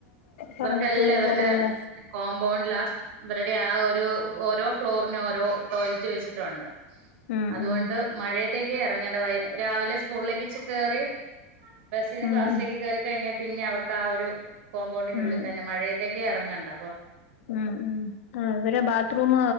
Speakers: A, on the right; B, on the left.
A: ഇവർക്കെല്ലാം
B: പറഞ്ഞിട്ട്
A: ഇവരുടെ
B: പോകുന്നു.
A: കോമ്പൗണ്ട് ലാസ് ഇരുടെ ആ ഒരു ഓരോ ഫ്ലോറിന്ഓരോ ടോയ്ലറ്റ് വെച്ചിട്ടുണ്ട്
B: ഉം
A: അതുകൊണ്ട്
B: ഉം
A: മഴ ത്തേക്ക് ഇറങ്ങേണ്ട രാവിലെ സ്കൂളിലേക്ക്ച്ച് കേറി ബസ്സിന്ന്ക്ലാസിലേക്ക്
B: ഉം
A: കേയറി കഴിഞ്ഞാൽ പിന്നെ അവർ ആ ഒരു കോമ്പൗണ്ടിന്
B: ഉം
A: ഉുള്ളിൽ തന്നെ മഴയത്തേക്ക് <unintelligible> ഇറങ്ങേണ്ട
B: ഉം ഉ ആ ഇവരെ ബാത്റൂം